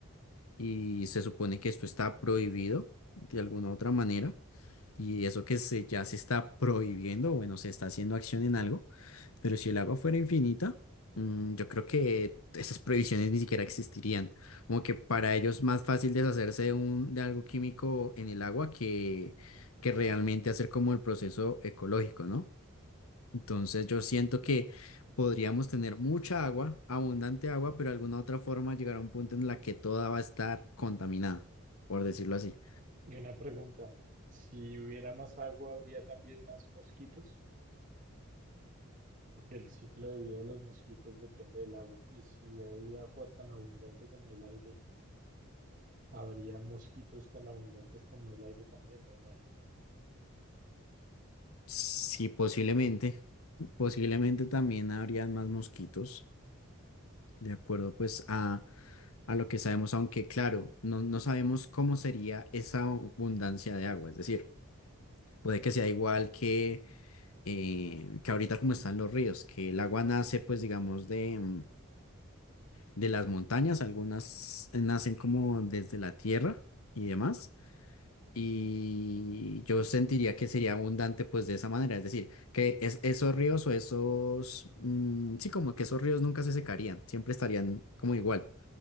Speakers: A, on the left (about 80°); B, on the right (about 35°).
A: y se supone que esto está prohibido de alguna otra manera. Y eso que se, ya se está prohibiendo, bueno, se está haciendo acción en algo, pero si el agua fuera infinita, mm, yo creo que esas prohibiciones ni siquiera existirían. Como que para ellos es más fácil deshacerse de, un, de algo químico en el agua que, que realmente hacer como el proceso ecológico, ¿no? Entonces yo siento que podríamos tener mucha agua, abundante agua, pero de alguna otra forma llegar a un punto en la que toda va a estar contaminada, por decirlo así.
B: Y una pregunta, si hubiera más agua, ¿habría también más mosquitos? Porque el ciclo de vida de los mosquitos depende del agua. Y si hay agua tan abundante como el aire, habría mosquitos tan abundantes como el aire también, me imagino.
A: Sí, posiblemente, posiblemente también habrían más mosquitos, de acuerdo pues a, a lo que sabemos, aunque claro, no, no sabemos cómo sería esa abundancia de agua, es decir, puede que sea igual que, eh, que ahorita como están los ríos, que el agua nace pues digamos de, mm, de las montañas, algunas nacen como desde la tierra y demás Y yo sentiría que sería abundante pues de esa manera, es decir, que es- esos ríos o esos, mm, sí, como que esos ríos nunca se secarían, siempre estarían como igual.